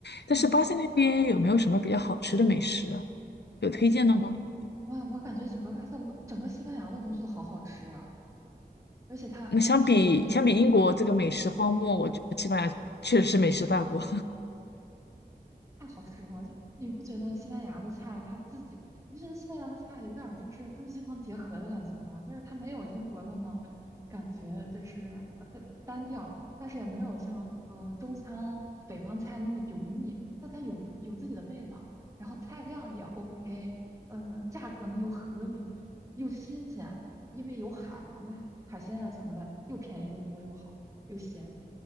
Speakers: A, on the left (about 85°); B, on the right (about 20°).
A: 但是巴塞那边有没有什么比较好吃的美食啊
B: 嗯，
A: 有推荐的吗？
B: 哇，我感觉整个巴塞罗，整个西班牙的东西都好好吃啊，而且它便宜，
A: 那相比相比英国这个美食荒漠，我觉得西班牙确实是美食大国。
B: 太好吃了，就你不觉得西班牙的菜它自己，你不觉得西班牙的菜有点儿就是中西方结合的感觉吗？就是它没有英国那么感觉就是呃它单调，但是也没有像呃中餐北方菜那么油腻，但它有有自己的味道，然后菜量也 OK，嗯、价格呢又合理又新鲜，因为有海嘛，那海鲜啊什么的又便宜又多又好又鲜，